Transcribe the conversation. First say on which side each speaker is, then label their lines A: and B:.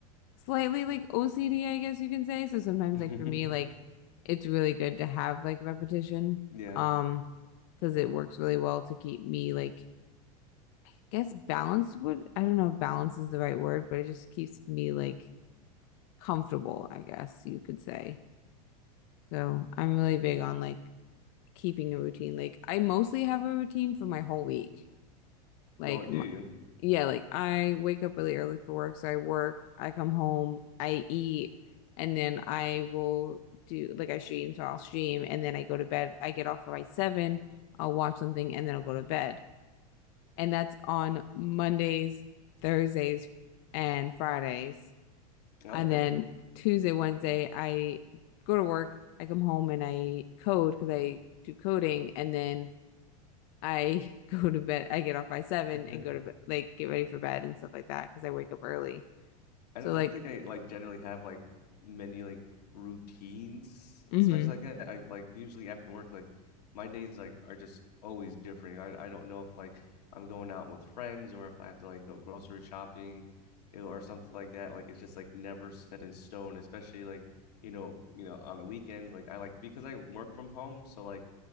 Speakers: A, on the left; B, on the left.
A: slightly like OCD, I guess you can say. So sometimes
B: <laughs>
A: like for me, like it's really good to have like repetition.
B: Yeah.
A: Um, because it works really well to keep me like I guess balance would I don't know if balance is the right word, but it just keeps me like comfortable, I guess you could say. So I'm really big on like keeping a routine. Like I mostly have a routine for my whole week. Like
B: Oh, do
A: m
B: you?
A: yeah, like I wake up really early for work, so I work, I come home, I eat, and then I will do like I stream, so I'll stream and then I go to bed. I get off by 7, I'll watch something and then I'll go to bed. And that's on Mondays, Thursdays, and Fridays.
B: Okay.
A: And then Tuesday, Wednesday, I go to work, I come home and I code because I do coding and then I <laughs> go to bed, I get off by seven
B: <laughs>
A: and go to bed, like get ready for bed and stuff like that because I wake up early.
B: I
A: So
B: don't
A: like,
B: think I like generally have like many like routines,
A: mm-hmm,
B: especially like that. I like usually after work, like my days like are just always different. I I don't know if like I'm going out with friends or if I have to like go grocery shopping you know, or something like that. Like it's just like never set in stone, especially like you know, you know, on the weekends. Like I like because I work from home, so like